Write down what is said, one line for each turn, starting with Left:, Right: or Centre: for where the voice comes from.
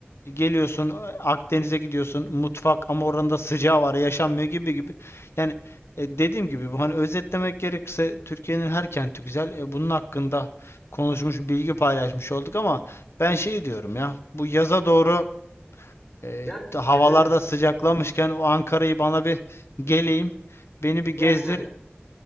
Left: Geliyorsun e, Akdeniz'e gidiyorsun mutfak ama oranın da sıcağı var yaşanmıyor gibi gibi. Yani e, dediğim gibi bu hani özetlemek gerekirse Türkiye'nin her kenti güzel. E, bunun hakkında konuşmuş bilgi paylaşmış olduk ama ben şey diyorum ya bu yaza doğru e,
Centre: Gel
Left: havalarda
Centre: gezelim.
Left: sıcaklamışken o Ankara'yı bana bir geleyim beni bir gezdir.
Centre: Gel gel.